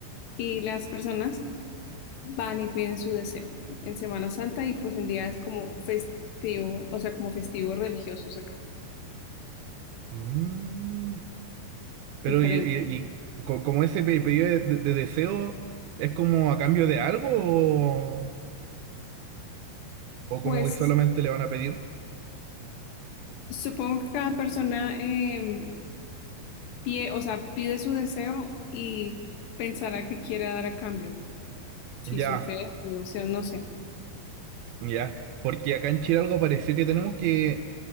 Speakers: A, on the left (about 80°); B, on the right (about 80°).
A: Y las personas van y piden su deseo en Semana Santa y pues en días como festivo, o sea, como festivos religiosos acá,
B: Mm, pero
A: diferente.
B: y, y- y co- como ese pe- pedido de, de deseo es como a cambio de algo o, o como
A: Pues
B: que solamente le van a pedir.
A: supongo que cada persona, em, pie, o sea, pide su deseo y pensará que quiere dar a cambio, si
B: Ya,
A: su fe, su devoción, no sé.
B: ya. Porque acá en Chile algo pareció que tenemos que,